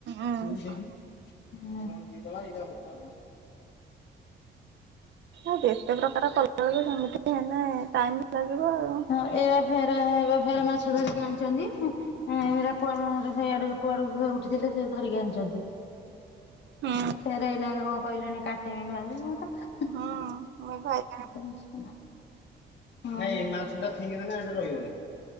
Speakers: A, on the right; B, on the left.
A: ଆଉ
B: ଯଦବା ଏଇଟ <unintelligible>
A: <inaudible> ଏତେ ପ୍ରକାର କଲାବେଳକୁ ଯେମିତି ହେଲେ ଟାଇମ୍ ଲାଗିବ ଆଉ।
B: ଏଇ ପା ଫେରେ ଏଇ ପା ଫେରେ ମାଛ ଧରିକି ଆଣିଛନ୍ତି ଏରା କୁଆଡେ ହେଆଡେ କୁଆଡୁ ଉଠିଥିଲେ ସେ ଧରିକି ଆଣିଛନ୍ତି।
A: ହୁଁ
B: ଫେରେ ଏଇନା କଣ କହିଲେଣି କାଟିମି ଭାଜେ ମତେ
A: ହୁଁ ମୋ ଭାଇ କାହାର।
B: <inaudible> ନାଇଁ ଏ ମାଛ ଟା ଫିଙ୍ଗିଦେଲେ ଏଟା ରହିବନି